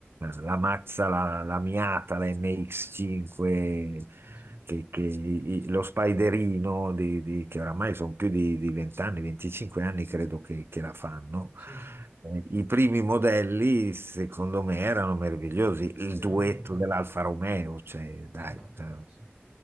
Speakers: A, on the right; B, on the right.
A: la Mazza, la, la Miata, la MX5,
B: bella, sì.
A: che, che i- i- lo Spiderino, di, di- che oramai sono più di, di 20 anni, 25 anni credo che, che la fanno.
B: Sì, sì.
A: Eh, I primi modelli, secondo me, erano meravigliosi. Il
B: Sì, era
A: duetto
B: molto bello.
A: dell'Alfa Romeo, cioè, dai,
B: Sì, bello,
A: eh,
B: bello, sì.